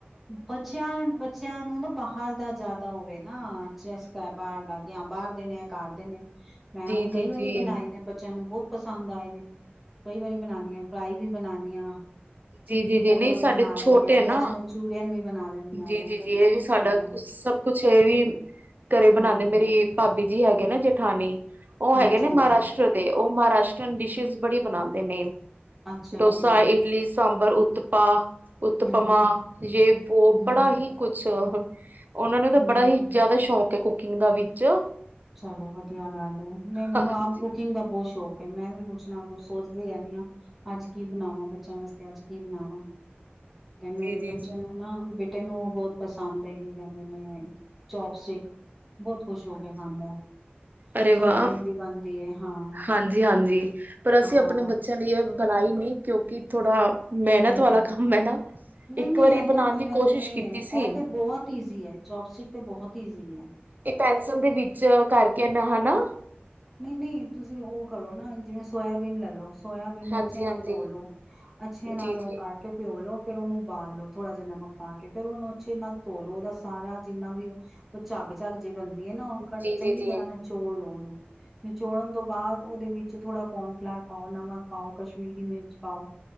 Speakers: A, in the centre; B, on the right.
A: ਬੱਚਿਆਂ ਬੱਚਿਆਂ ਨੂੰ ਨਾ ਬਾਹਰ ਦਾ ਜ਼ਿਆਦਾ ਹੋਵੇ ਨਾ ਚਸਕਾ ਬਾਹਰ ਦਾ- ਜਾਂ ਬਾਹਰ ਦੇ ਨੇ ਜਾਂ ਐ ਘਰ ਦੇ ਨੇ- ਮੈਂ
B: ਜੀ
A: ਹੁਣ
B: ਜੀ
A: ਕਈ ਵਾਰੀ
B: ਜੀ
A: ਬਣਾਏ ਨੇ ਬੱਚਿਆਂ ਨੂੰ ਬਹੁ- ਪਸੰਦ ਆਏ ਨੇ। ਕਈ ਵਾਰੀ ਬਨਾਨੀ ਆ, ਫਰਾਈ ਵੀ ਬਨਾਨੀ ਆ। ਚਿਲੀ
B: ਜੀ ਜੀ
A: ਪੋਟੈਟੋ
B: ਜੀ ਨਹੀਂ
A: ਵੀ
B: ਸਾਡੇ
A: ਬਣਾ ਲੈਣੀ
B: ਛੋਟੇ
A: ਆ,
B: ਨਾ
A: ਵੈਜ ਮੈਨੂੰ- ਛੋਟਿਆਂ ਨੂੰ ਵੀ- ਬਣਾ ਲੈਂਦੀ ਹਾਂ
B: ਜੀ
A: ਮੈਂ
B: ਜੀ
A: ਕਈ
B: ਜੀ ਇਹ
A: ਚੂਜ਼
B: ਵੀ ਸਾਡਾ
A: ਬਣਾ ਲੈਂਦੀ
B: ਕੁ ਸਭ ਕੁਛ ਇਹ ਵੀ ਘਰੇ ਬਣਾਦੇ
A: ਹੂੰ
B: ਮੇਰੀ ਭਾਬੀ ਜੀ ਹੈਗੇ ਨਾ ਜੇਠਾਨੀ- ਉਹ
A: ਹਾਂਜੀ
B: ਹੈਗੇ ਨੇ
A: ਹਾਂਜੀ
B: ਮਹਾਰਾਸ਼ਟਰ ਦੇ, ਉਹ ਮਹਾਰਾਸ਼ਟਰ ਡਿਸ਼- ਡਿਸ਼ ਬੜੀ ਬਣਾਂਦੇ ਨੇ।
A: ਅੱਛਾ
B: ਡੋਸਾ
A: ਅੱਛਾ
B: ਇਡਲੀ ਸਾਂਬਰ ਉਤਪਾ
A: ਹੂੰ
B: ਉਤਪਮਾ
A: ਹੂੰ
B: ਜੇ ਉਹ
A: ਹੂੰ
B: ਬੜਾ
A: ਹੂੰ
B: ਹੀ ਕੁਛ <unintelligible> ਉਹਨਾਂ ਨੂੰ ਤਾਂ
A: ਹੂੰ
B: ਬੜਾ
A: ਹੂੰ
B: ਹੀ ਜ਼ਿਆਦਾ ਸ਼ੌਕ ਹੈ ਕੁ ਕਿੰਗ ਦਾ ਵਿੱਚ
A: ਚਲੋ ਵਧੀਆ ਗੱਲ ਹੈ ਨਹੀਂ ਮੈਨੂੰ
B: ਹਾਂਜੀ
A: ਆਮ ਕੁਕਿੰਗ ਦਾ ਬਹੁਤ ਸ਼ੌਕ ਮੈਂ ਵੀ ਕੁੱਛ ਨਾ ਕੁਛ ਸੋਚਦੀ ਰਹਿੰਦੀ ਹਾਂ ਅੱਜ ਕੀ ਬਣਾਵਾਂ ਬੱਚਿਆਂ ਵਾਸਤੇ ਅੱਜ ਕੀ ਬਣਾਵਾਂ।
B: ਜੀ
A: ਮੇਰੇ
B: ਜੀ
A: ਬੱਚੇ
B: ਜੀ
A: ਨੂੰ ਨਾ ਬੇਟੇ ਨੂੰ ਉਹ ਬਹੁਤ ਪਸੰਦ ਹੈ ਕਿ ਕਹਿੰਦੇ ਨੇ ਚੋਪਸਟਿਕ ਬਹੁਤ ਖੁਸ਼ ਹੋ ਕੇ ਖਾਂਦਾ,
B: ਅਰੇ ਵਾਹ
A: ਸੋਇਆਬੀਨ ਦੀ ਬਣਦੀ ਏ ਹਾਂ।
B: ਹਾਂਜੀ ਹਾਂਜੀ ਪਰ ਅਸੀਂ
A: ਹਾਂ,
B: ਆਪਣੇ ਬੱਚਿਆਂ ਲਈ ਇਹ ਬਣਾਈ ਨੀ। ਕਿਉਂਕਿ ਥੋੜਾ ਮਿਹਨਤ
A: ਹੂੰ
B: ਵਾਲਾ ਕੰਮ ਹੈ ਨਾ
A: ਨਹੀਂ
B: ਇੱਕ
A: ਨਹੀਂ
B: ਵਾਰੀ
A: ਇਨਾ
B: ਬਣਾਉਣ
A: ਮਿਹਨਤ
B: ਦੀ ਕੋਸ਼ਿਸ਼
A: ਨਹੀਂ
B: ਕੀਤੀ
A: ਹੈ
B: ਸੀ
A: ਇਹ ਤੇ ਬਹੁਤ ਈਜ਼ੀ ਹੈ ਚੌਪਸਿਕ ਬਹੁਤ ਈਜ਼ੀ ਹੈ।
B: ਇਹ ਪੈਨਸਿਲ ਦੇ ਵਿੱਚ ਕਰਕੇ ਹਨਾ।
A: ਨਹੀਂ ਨਹੀਂ ਤੁਸੀਂ ਉਹ ਕਰੋ ਨਾ ਜਿਵੇਂ ਸੋਇਆਬੀਨ ਲੈ ਲੋ ਸੋਇਆਬੀਨ ਨੂੰ
B: ਹਾਂਜੀ
A: ਅੱਛੇ
B: ਹਾਂਜੀ
A: ਨਾਲ ਧੋ ਲੋ ਅੱਛੇ ਨਾਲ
B: ਜੀ
A: ਉਹ
B: ਜੀ
A: ਕਰਕੇ ਪਿਓ ਲੋ ਫ਼ੇਰ ਉਹਨੂੰ ਉਬਾਲ ਲੋੋ ਥੋੜਾ ਜਿਹਾ ਨਮਕ ਪਾ ਕੇ ਫ਼ਿਰ ਉਹਨੂੰ ਅੱਛੇ ਨਾਲ ਧੋਲੋ ਉਹਦਾ ਸਾਰਾ ਜਿੰਨਾ ਵੀ ਉਹ ਝੱਗ ਝੱ ਜੇ ਬ ਨਾ ਉਹ
B: ਜੀ
A: ਚੰਗੀ
B: ਜੀ ਜੀ
A: ਤਰ੍ਹਾਂ ਨਾਲ ਚੋੜ ਲਓ ਉਹਨੂੰ ਨਿਚੋੜਨ ਤੋਂ ਬਾਅਦ ਉਹਦੇ ਵਿੱਚ ਥੋੜਾ ਕੋਨਫਲਾਰ ਪਾਓ ਨਮਕ ਪਾਓ ਕਸ਼ਮੀਰੀ ਮਿਰਚ ਪਾਓ